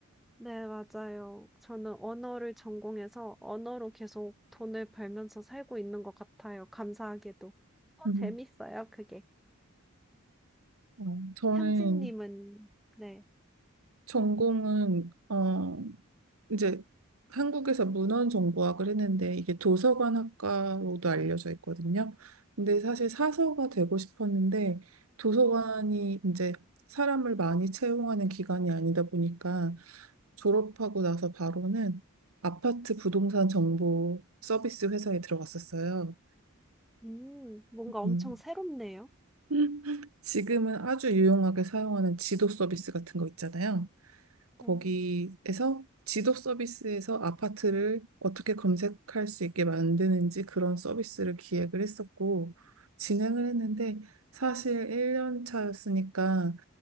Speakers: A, in the centre; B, on the right.
A: 네, 맞아요. 저는 언어를 전공해서 언어로 계속 돈을 벌면서 살고 있는 것 같아요. 감사하게도. 어,
B: 음.
A: 재밌어요, 그게.
B: 어. 저는
A: 현진님은, 네.
B: 전공은 어, 이제 한국에서 문헌정보학을 했는데 이게 도서관학과로도 알려져 있거든요. 근데 사실 사서가 되고 싶었는데 도서관이 이제 사람을 많이 채용하는 기관이 아니다 보니까 졸업하고 나서 바로는 아파트 부동산 정보 서비스 회사에 들어갔었어요.
A: 음, 뭔가 엄청
B: 음.
A: 새롭네요.
B: <laughs> 지금은 아주 유용하게 사용하는 지도 서비스 같은 거 있잖아요. 거기에서
A: 음.
B: 지도 서비스에서 아파트를 어떻게 검색할 수 있게 만드는지 그런 서비스를 기획을 했었고 진행을 했는데 사실 1년 차였으니까